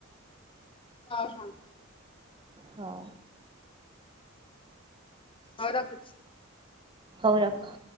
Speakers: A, on the left; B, on the right.
A: ହଁ ହଁ।
B: ହଉ।
A: ହଉ ରଖୁଛି।
B: ହଉ ରଖ।